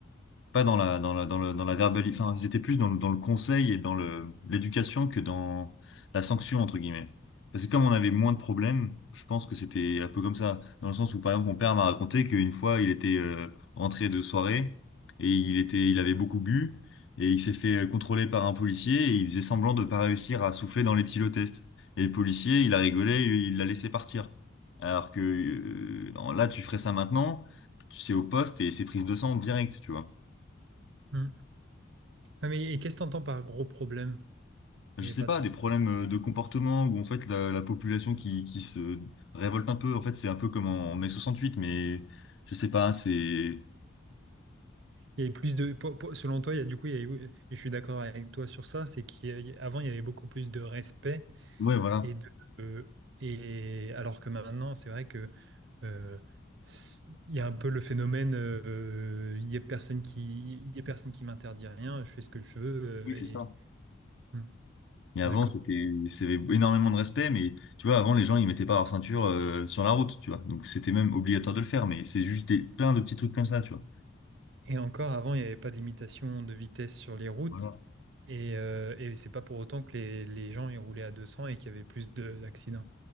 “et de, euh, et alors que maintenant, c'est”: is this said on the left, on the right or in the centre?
Right